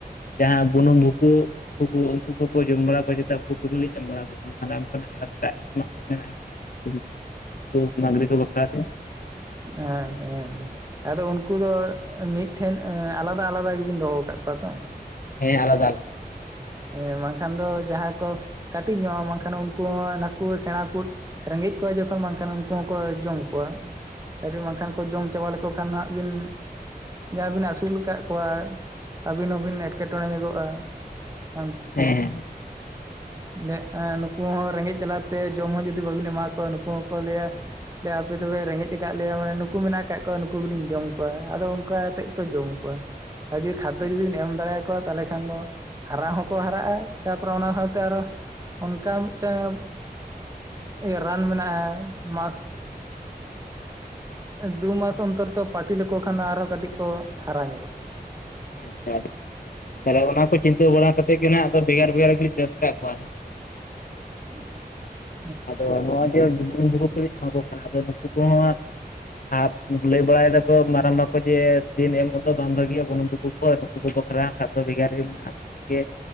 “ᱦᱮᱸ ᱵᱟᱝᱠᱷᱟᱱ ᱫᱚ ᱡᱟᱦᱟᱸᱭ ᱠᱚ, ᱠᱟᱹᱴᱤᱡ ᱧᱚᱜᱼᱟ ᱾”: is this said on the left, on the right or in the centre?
Right